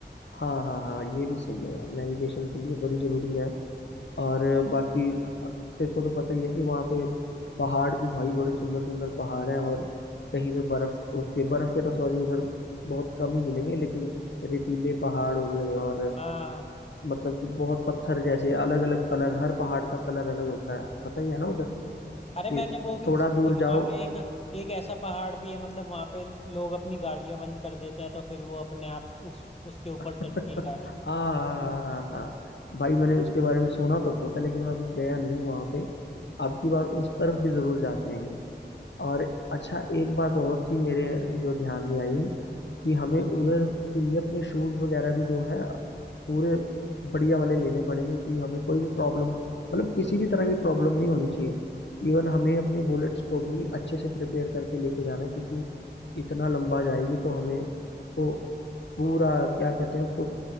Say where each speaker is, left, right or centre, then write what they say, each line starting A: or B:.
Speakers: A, on the left; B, on the left.
A: हाँ हाँ हाँ ये भी सही है यार नेविगेशन के लिए बड़ी ज़रूरी है और बाकी तेरे को तो पता ही है कि वहाँ पे पहाड़ भी भाई बड़े सुंदर सुंदर पहाड़ हैं और कहीं पे बर्फ उसके बर्फ के तो सॉरी उधर बहुत कम ही मिलेंगे लेकिन रेतीले पहाड़ हो गए और
B: हाँ
A: मतलब कि बहुत पत्थर जैसे अलग अलग कलर हर पहाड़ का कलर अलग होता है पता ही है ना उधर
B: अरे मैंने
A: कि
B: वो भी
A: थोड़ा
B: सुना
A: दूर
B: है कि
A: जाओ
B: वहाँ पे एक एक ऐसा पहाड़ भी है मतलब वहाँ पे लोग अपनी गाड़ियाँ बंद कर देते हैं तो फिर वो अपने आप उस उसके ऊपर
A: <laughs> हाँ
B: चढ़ती है गाड़ी
A: हाँ हाँ हाँ हाँ भाई मैंने उसके बारे में सुना तो बहुत है लेकिन मैं अभी गया नहीं हूँ वहां पे अब की बार उस तरफ भी जरूर जाके आएंगे और अच्छा एक बात और थी मेरे जो ध्यान में आई कि हमें उधर के लिए अपने शूज वगैरह भी जो है पूरे बढ़िया वाले लेने पड़ेंगे कि हमें कोई भी प्रॉब्लम मतलब किसी भी तरह की प्रॉब्लम नहीं होनी चाहिए इवन हमें अपने बुलेट्स को भी अच्छे से प्रिपेयर करके लेके जाना है क्योंकि इतना लंबा जाएगी तो हमें उसको पूरा क्या कहते हैं उसको